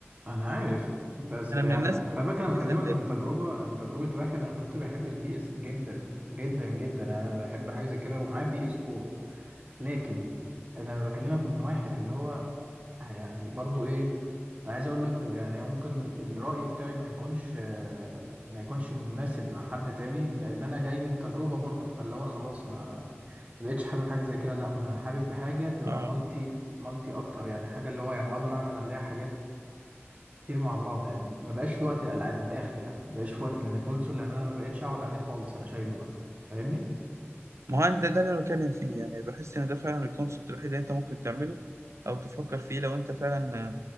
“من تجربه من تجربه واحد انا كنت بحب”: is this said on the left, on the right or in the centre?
Right